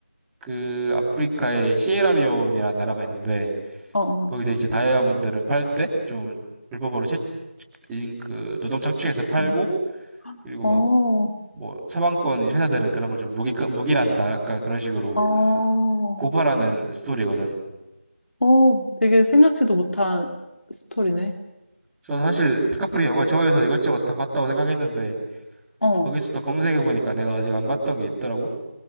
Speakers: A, in the centre; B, on the left.
A: 그 아프리카의 시에라리온이라는 나라가 있는데
B: 어, 어,
A: 거기서 이제 다이아몬드를 팔 때 좀 불법으로 채, 인- 그 노동 착취해서 팔고
B: 어,
A: 그리고
B: 어,
A: 막 뭐 서방권 회사들은 그런 걸 좀 무기 무기란다 약간 그런 식으로
B: 어,
A: 고발하는 스토리거든.
B: 어, 되게 생각지도 못한 스토리네.
A: 그래서 사실 디카프리 영화 좋아해서 이것저것 다 봤다고 생각했는데
B: 어,
A: 거기서도 검색해 보니까 내가 아직 안 봤던 게 있더라고.